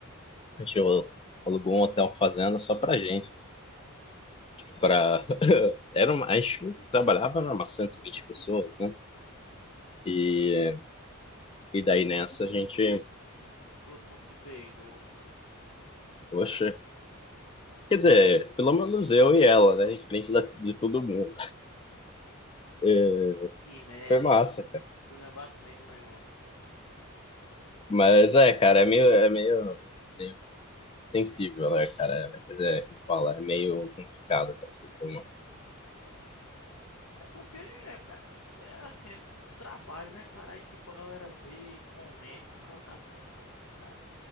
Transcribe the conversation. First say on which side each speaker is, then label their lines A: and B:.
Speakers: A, on the left; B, on the left.
A: a gente alugou um hotel fazenda só pra gente. Pra... <laughs> Era uma... A gente trabalhava numa 120 pessoas, né? E, e daí nessa a gente,
B: todo mundo se pegou.
A: poxa, quer dizer, pelo menos eu e ela, né? Em frente da- de todo mundo. É,
B: Que merda,
A: foi massa,
B: hein?
A: cara.
B: Esculhambaço mesmo o negócio.
A: Mas é, cara, é meio, é meio, meio sensível, né, cara? é, Quer dizer, como fala, é meio complicado, cara, pra você ter uma.
B: É porque é, é, é assim, é trabalho, né, cara? Aí tipo, a galera vê, comenta, fica, ó, tá, tá,